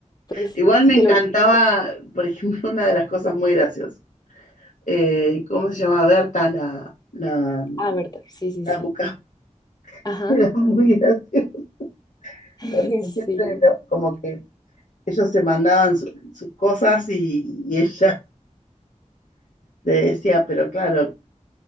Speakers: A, on the left (about 30°); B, on the left (about 80°).
A: pues
B: Igual
A: es
B: me
A: que
B: encantaba,
A: el original.
B: por ejemplo, <laughs> una de las cosas muy graciosas. eh, ¿cómo se llama? Berta, la, la
A: Ah, verdad, sí, sí,
B: la
A: sí.
B: Bucaramanga, <laughs>
A: Ajá,
B: era muy gracioso,
A: <laughs>
B: porque siempre
A: sí.
B: lo- como que ellos se mandaban su- sus cosas y, y ella le decía, pero claro,